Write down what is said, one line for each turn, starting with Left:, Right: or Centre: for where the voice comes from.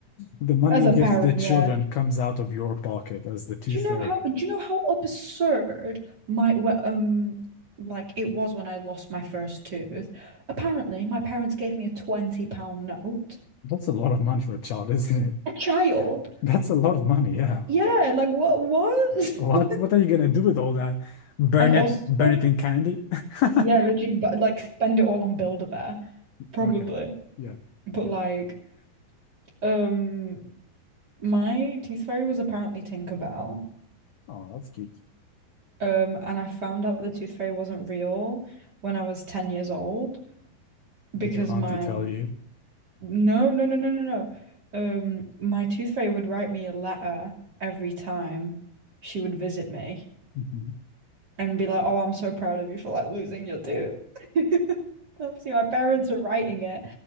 Left: The money
Right: As
Left: you
Right: a
Left: give
Right: parent,
Left: to the children
Right: yeah.
Left: comes out of your pocket as the tooth
Right: Do you know
Left: fairy.
Right: how do you know how absurd my wh- um like it was when I lost my first tooth? Apparently, my parents gave me a 20 pound note.
Left: That's a lot of money for a child, isn't it?
Right: A child?
Left: <laughs> That's a lot of money, yeah.
Right: Yeah, like what what?
Left: What
Right: <laughs>
Left: what are you gonna do with all that? Burn
Right: And also
Left: it, burn it in candy? <laughs>
Right: yeah, literally but like spend it all on Build-A-Bear, probably.
Left: Okay. Yeah.
Right: But like um my tooth fairy was apparently Tinkerbell.
Left: Oh, that's cute.
Right: Um and I found out the tooth fairy wasn't real when I was 10 years old because
Left: Did your auntie
Right: my
Left: tell you?
Right: No, no, no, no, no, no. Um, my tooth fairy would write me a letter every time she would visit me
Left: Mhm.
Right: and be like, "Oh, I'm so proud of you for like losing your tooth." <laughs> Obviously, my parents were writing it,